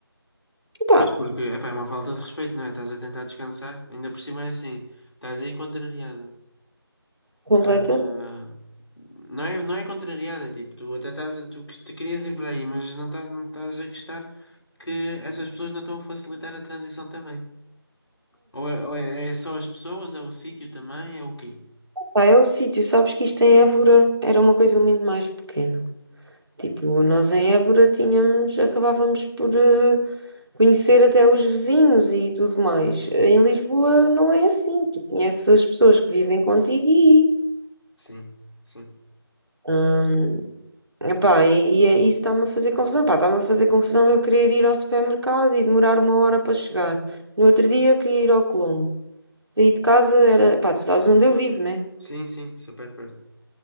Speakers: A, on the right; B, on the left.
A: Epá,
B: Pois porque, epá, é uma falta de respeito, não é? Estás a tentar descansar, ainda por cima é assim, estás aí contrariada.
A: completamente.
B: Ah, não é, não é contrariada, tipo, tu até estás, a- tu que te querias ir para aí, mas não estás, não estás a gostar que essas pessoas não estão a facilitar a transição também. Ou é, ou é é só as pessoas, é o sítio também, é o quê?
A: Pá, é o sítio, sabes que isto em Évora era uma coisa muito mais pequena. Tipo, nós em Évora tínhamos, acabávamos por eh, conhecer até os vizinhos e tudo mais. Em Lisboa não é assim, tu conheces as pessoas que vivem contigo e,
B: Sim, sim.
A: hum, epá, e, e é- isso está-me a fazer confusão. Pá, está-me a fazer confusão eu querer ir ao supermercado e demorar uma hora para chegar. No outro dia eu queria ir ao Colombo. Saí de casa era, pá, tu sabes onde eu vivo, né?
B: Sim, sim, super perto.